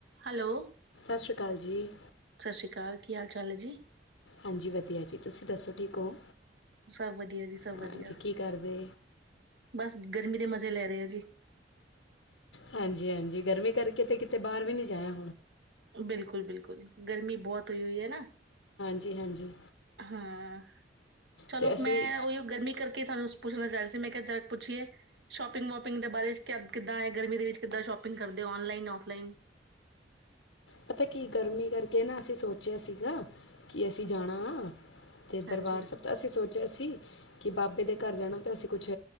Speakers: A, on the right; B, on the left.
A: Hello.
B: ਸਾਸਰੀ ਕਾਲ ਜੀ।
A: ਸਤਿ ਸ਼੍ਰੀ ਅਕਾਲ ਕੀ ਹਾਲ-ਚਾਲ ਏ ਜੀ?
B: ਹਾਂਜੀ ਵਧੀਆ ਜੀ ਤੁਸੀਂ ਦੱਸੋ ਠੀਕ ਹੋ?
A: ਸਭ ਵਧੀਆ ਜੀ ਸਭ
B: ਹਾਂਜੀ
A: ਵਧੀਆ।
B: ਕੀ ਕਰਦੇ
A: ਬਸ ਗਰਮੀ ਦੇ ਮਜ਼ੇ ਲੈ ਰਹੇ ਆ ਜੀ।
B: ਹਾਂਜੀ-ਹਾਂਜੀ, ਗਰਮੀ ਕਰਕੇ ਤੇ ਕਿਤੇ ਬਾਹਰ ਵੀ ਨੀ ਜਾਇਆ
A: ਬਿਲਕੁਲ-ਬਿਲਕੁਲ, ਗਰਮੀ ਬਹੁਤ ਹੋਈ ਹੋਈ ਏ ਨਾ।
B: ਜੀ ਹਾਂਜੀ।
A: ਹਾਂ, ਚਲੋ
B: ਤੇ ਅਸੀਂ
A: ਮੈਂ ਓਹੀਓ ਗਰਮੀ ਕਰਕੇ ਤੁਹਾਨੂੰ ਪੁੱਛਣਾ ਚਾ ਰੀ ਸੀ, ਮੈਂ ਕਿਆ ਜ ਪੁੱਛੀਏ ਸ਼ੋਪਿੰਗ ਵੋਪਿੰਗ ਦੇ ਬਾਰੇ ਚ ਕੈ ਕਿੱਦਾਂ ਏ ਗਰਮੀ ਦੇ ਵਿੱਚ ਕਿੱਦਾਂ ਸ਼ੋਪਿੰਗ ਕਰਦੇ? Online offline.
B: ਪਤਾ ਕੀ ਗਰਮੀ ਕਰਕੇ ਨਾ ਅਸੀਂ ਸੋਚਿਆ ਸੀਗਾ, ਕਿ ਅਸੀਂ ਜਾਣਾ ਏ। ਤੇ
A: ਹਾਂਜੀ
B: ਦਰਬਾਰ ਸਭ ਤਾਂ ਅਸੀਂ ਸੋਚ ਚੇਆ ਸੀਂ ਕਿ ਬਾਬੇ ਦੇ ਘਰ ਜਾਣਾ ਤਾ ਅਸੀਂ ਕੁਛ